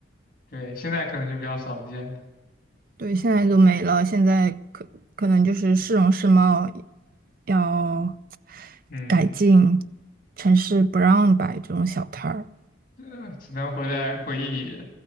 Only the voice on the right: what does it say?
对，现在都没了，现在可可能就是市容市貌要
改进，城市不让摆这种小摊儿。